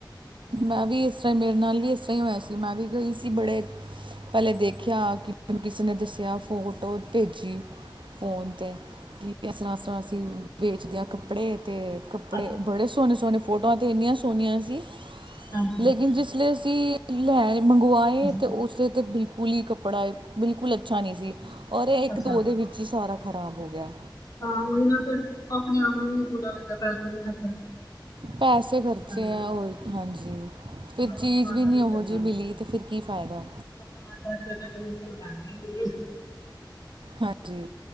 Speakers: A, on the right (about 80°); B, on the left (about 45°).
A: ਮੈਂ ਵੀ ਇਸਰੈ ਮੇਰੇ ਨਾਲ ਵੀ ਇਸੇ ਹੀ ਹੋਇਆ ਸੀ ਮੈਂ ਵੀ ਗਈ ਸੀ ਬੜੇ। ਪੈਲੇ ਦੇਖਿਆ ਕਿ ਮੈਨੂੰ ਕਿਸੇ ਨੇ ਦੱਸਿਆ ਫੋਟੋ ਭੇਜੀ। ਫੋਨ ਤੇ ਕੀ ਐਸ ਤਰ੍ਹਾਂ ਐਸ ਤਰ੍ਹਾਂ ਅਸੀ ਵੇਚਦੇ ਹਾਂ ਕੱਪੜੇ ਤੇ। ਕੱਪੜੇ
B: ਅੱਛਾ
A: ਬੜੇ ਸੋਹਨੇ-ਸੋਹਨੇ ਫੋਟੋਆਂ 'ਤੇ ਐਨੀਆਂ ਸੋਹਣੀਆਂ ਸੀ।
B: ਹਾਂਜੀ।
A: ਲੇਕਿਨ ਜਿਸਲਈ ਅਸੀਂ ਲੈ ਮੰਗਵਾਏ
B: ਤੁਸੀਂ
A: ਤੇ ਉਸੇ ਤੇ ਬਿਲਕੁਲ ਇ ਕਪ। ਕੱਪੜਾ ਬਿਲਕੁਲ ਅੱਛਾ ਨੀ ਸੀ ਔਰ ਏਕ
B: ਅੱਛਾ
A: ਧੋ ਦੇ ਵਿੱਚ ਹੀ ਸਾਰਾ ਖ਼ਰਾਬ ਹੋ ਗਿਆ।
B: ਹਾਂ ਓਹੀ ਨਾ ਫੇਰ ਆਪਣੇ ਆਪ ਨੂੰ ਵੀ ਬੁਰਾ ਲੱਗਦਾ ਪੈਸਾ ਵੀ ਖਰ
A: ਪੈਸੇ ਖਰਚੇ
B: ਲੱਗਦਾ
A: ਐ ਓ ਹਾਂਜੀ।
B: ਹਾਂ,
A: ਫਿਰ
B: ਆਪਣੇ
A: ਚੀਜ਼
B: ਮਨ
A: ਵੀ
B: ਨੂੰ
A: ਨੀ ਓਹੋ
B: ਲੱਗਦਾ
A: ਜੀ ਮਿਲੀ ਤੇ ਫਿਰ ਕੀ ਫਾਇਦਾ।
B: <unintelligible>
A: ਹਾਂਜੀ।